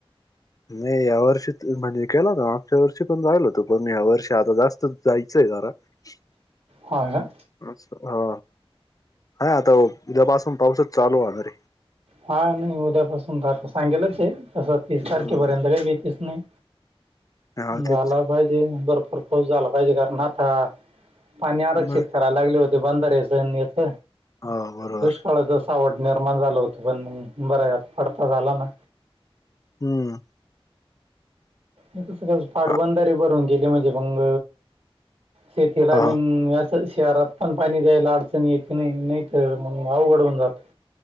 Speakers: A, on the left (about 35°); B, on the right (about 80°).
A: नाही या वर्षी म्हणजे केला ना मागच्या वर्षी पण जायल होतो पण या्या वर्षी आता जास्त जायचंय खरा ह <inaudible>
B: हां का.
A: अच् हा ह आता उद्यापासून पाऊसच चालू होणार आहे.
B: हा नाही उद्यापासून राहता सांगेलच आहे तसं तीस
A: आहे
B: तारखेपर्यंत काही भीतीच नाही.
A: हा
B: झाला
A: तेच
B: पाहिजे भरपूर पाऊस झाला पाहिजे कारण आता. पाणी आरक्षित
A: मग
B: करायला लागले होते बांधारेचथ
A: हो बरोबर.
B: सळ ज सा आवड निर्माण झालं होतं पण मग बरं आहे आता पडता झाला ना
A: हम्म
B: स पाटबंधारी
A: हा
B: ब. ून गे म्हणजे मंग शेतीला
A: हा
B: भी आस शहरात पण पाणी द्यायला अडचण येते नाही नाही तर अवघडवून जात